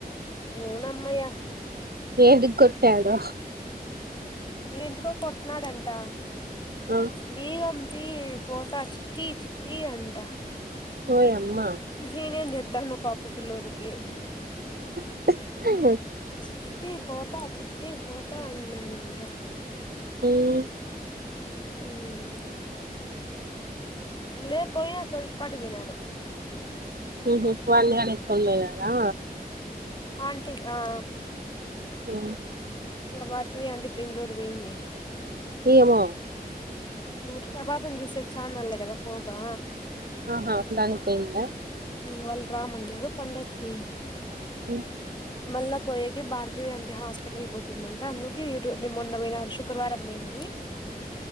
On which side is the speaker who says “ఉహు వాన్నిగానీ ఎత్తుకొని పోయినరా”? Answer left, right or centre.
Right